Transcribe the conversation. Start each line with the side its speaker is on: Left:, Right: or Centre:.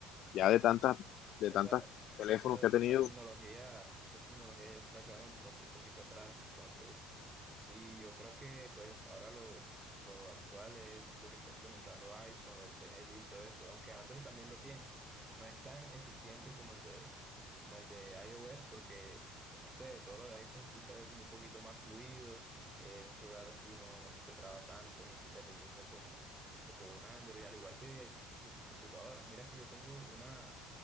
Left: ya
Right: claro.
Left: de tantas, de
Right: Esa,
Left: tantas teléfonos
Right: esa,
Left: que ha
Right: esa
Left: tenido,
Right: tecnología, esa tecnología ya se está quedando como que un poquito atrás. Entonces, sí, yo creo que pues ahora lo, lo actual es lo que está implementando iPhone, lo del Face ID y todo eso, aunque Android también lo tiene. No es tan eficiente como el de, como el de iOS, porque, no sé, todo lo de iPhone sí se ve como un poquito más fluido. eh, un celular así no, no se te traba tanto, ni se te reinicia como, como un Android, al igual que, que sus computadoras. Mira que yo tengo una